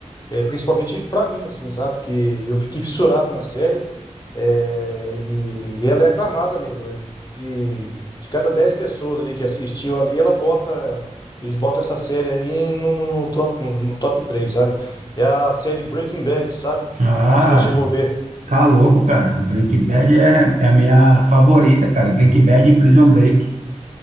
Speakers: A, on the left; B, on the right.
A: É, principalmente pra mim, assim, sabe? Que eu fiquei fissurado na série é, e, e ela é aclamada mesmo. É De, de cada 10 pessoas ali que assistiu ali, ela bota, eles botam essa série aí no, no, no top, no, no top três sabe? É a série Breaking Bad, sabe? Não
B: Ah,
A: sei se você já chegou a ver.
B: tá louco, cara. Breaking Bad é, é a minha favorita, cara. Breaking Bad e Prison Break.